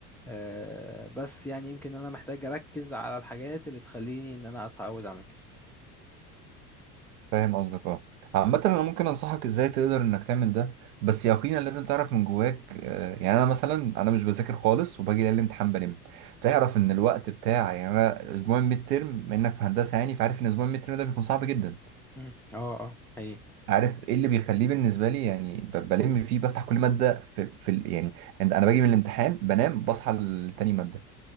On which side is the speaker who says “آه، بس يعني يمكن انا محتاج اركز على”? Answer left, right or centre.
Centre